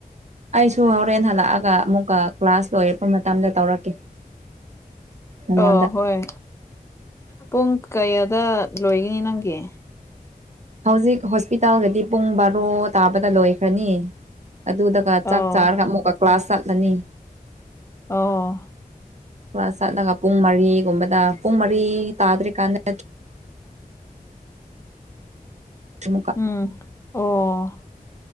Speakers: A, on the right; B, on the left.
A: ꯑꯩꯁꯨ ꯍꯣꯔꯦꯟ ꯍꯜꯂꯛꯑꯒ ꯑꯃꯨꯛꯀ ꯀ꯭ꯂꯥꯁ ꯂꯣꯏꯔꯛꯄ ꯃꯇꯝꯗ ꯇꯧꯔꯛꯀꯦ ꯅꯪꯉꯣꯟꯗ
B: ꯑ ꯍꯣꯏ ꯄꯨꯡ ꯀꯌꯥꯗ ꯂꯣꯏꯒꯅꯤ ꯅꯪꯒꯤ
A: ꯍꯧꯖꯤꯛ ꯍꯣꯁꯄꯤꯇꯥꯜꯒꯗꯤ ꯄꯨꯡ ꯕꯥꯔꯣ ꯇꯥꯕꯗ ꯂꯣꯏꯈ꯭ꯔꯅꯤ ꯑꯗꯨꯗ ꯗꯨꯒ
B: ꯑꯣ
A: ꯆꯥꯛ ꯆꯥꯔꯒ ꯑꯃꯨꯛꯀ ꯀ꯭ꯂꯥꯁ ꯆꯠꯂꯅꯤ
B: ꯑꯣ
A: ꯀ꯭ꯂꯥꯁ ꯆꯠꯂꯒ ꯄꯨꯡ ꯃꯔꯤꯒꯨꯝꯕꯗ ꯄꯨꯡ ꯃꯔꯤ ꯇꯥꯗ꯭ꯔꯤꯀꯥꯟꯗ ꯑꯃꯨꯛꯀ
B: ꯎꯝ ꯑꯣ